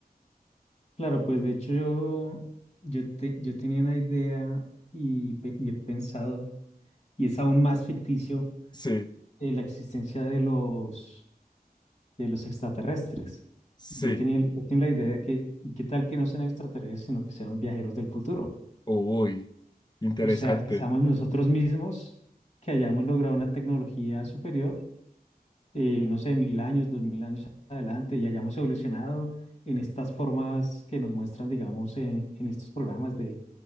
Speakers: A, on the left; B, on the left.
A: Claro, pues de hecho yo, yo, te- yo tenía una idea y, pe- y he pensado y es aún más ficticio
B: Sí,
A: eh, la existencia de los, de los extraterrestres.
B: sí,
A: Yo tenía, yo tenía la idea de que, ¿y qué tal que no sean extraterrestres, sino que sean viajeros del futuro?
B: uy, interesante.
A: O sea, que seamos nosotros mismos, que hayamos logrado una tecnología superior eh, no sé, mil años, dos mil años adelante y hayamos evolucionado en estas formas que nos muestran, digamos, en, en estos programas de,